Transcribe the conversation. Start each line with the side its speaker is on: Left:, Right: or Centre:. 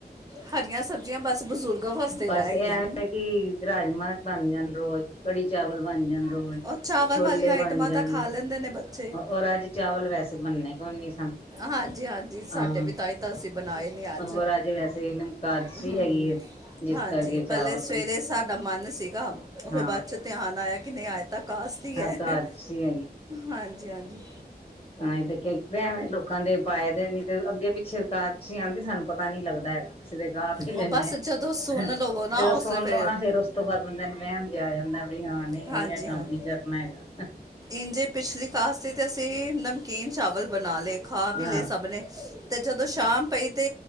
Right: ਹਰੀਆਂ ਸਬਜ਼ੀਆਂ ਬਸ ਬਜ਼ੁਰਗਾਂ ਵਾਸਤੇ
Left: ਬਸ
Right: ਰਹਿ
Left: ਇਹ
Right: ਗਈਆਂ।
Left: ਹੈ ਕਿ ਰਾਜਮਾਂ ਬਣ ਜਾਣ ਰੋਜ਼ ਕੜੀ ਚਾਵਲ ਬਣ ਜਾਂਦੇ।
Right: ਉਹ ਚਾਵਲ
Left: ਛੋਲੇ
Right: ਵਾਲੀਆਂ ਆਈਟਮਾਂ
Left: ਬਣ ਜਾਣ
Right: ਤਾਂ ਖਾ ਲੈਂਦੇ ਨੇ ਬੱਚੇ
Left: ਔਰ ਅੱਜ ਚਾਵਲ ਵੈਸੇ ਬਣਨੇ। ਨੀ ਸਨ।
Right: ਹਾਂਜੀ-ਹਾਂਜੀ ਸਾਡੇ
Left: ਹਾਂ
Right: ਵੀ ਤਾਂਹੀ ਤਾਂ ਅਸੀਂ ਬਣਾਏ ਨੀ ਅੱਜ
Left: ਹੋਰ ਵੈਸੇ ਕਾਦਸੀ
Right: ਹਮ।
Left: ਹੈਗੀ ਹੈ ਜਿਸ
Right: ਹਾਂਜੀ
Left: ਕਰਕੇ ਚਾਵਲ
Right: ਪਹਿਲੇ ਸਵੇਰੇ
Left: ਬਣ
Right: ਸਾਡਾ ਮਨ ਸੀਗਾ ਉਹ ਫਿਰ
Left: ਹਾਂ
Right: ਬਾਅਦ ਚ ਧਿਆਨ ਆਇਆ ਕਿ ਨਹੀਂ ਅੱਜ। ਏਕਾਦਸ਼ੀ ਹੈ।
Left: ਕਾਦਸੀ
Right: ਹਾਂਜੀ-ਹਾਂਜੀ
Left: ਹਾਂ ਇਹ ਤੇ ਵਹਿਮ ਲੋਕ। ਲੋਕਾਂ ਦੇ ਪਾਏ ਦੇ ਨੀ ਤੇ ਅੱਗੇ ਪਿੱਛੇ ਏਕਾਦਸ਼ੀ ਆਉਂਦੀ ਸਾਨੂੰ ਪਤਾ ਨੀ ਲੱਗਦਾ ਹੈਗਾ। ਦੇ ਗਾ ਵੀ ਲੈਂਦੇ
Right: ਉਹ ਬਸ ਜਦੋਂ ਸੁਣ
Left: ਹਾਂ।
Right: ਲਵੋ ਨਾ
Left: ਜਦੋਂ
Right: ਉਸ
Left: ਸੁਣ
Right: ਲਈ ਫਿਰ
Left: ਲਓ ਨਾ ਫੇਰ ਉਸ ਤੋਂ ਬਾਅਦ ਬੰਦਾ ਨੂੰ ਵਹਿਮ ਆ ਜਾਂਦਾ। ਬਈ ਹਾਂ ਨਹੀਂ
Right: ਹਾਂਜੀ-ਹਾਂਜੀ
Left: ਬਈ ਇਹ ਕੰਮ ਨੀ ਕਰਨਾ ਹੈਗਾ।
Right: ਇੰਝੇ ਪਿਛਲੀ ਇਕਾਦਸ਼ੀ ਤੇ ਅਸੀਂ। ਨਮਕੀਨ ਚਾਵਲ ਬਣਾ ਲਏ ਖਾ
Left: ਹਾਂ
Right: ਵੀ ਲਏ ਸਭ ਨੇ। ਤੇ ਜਦੋਂ ਸ਼ਾਮ ਪਈ ਤੇ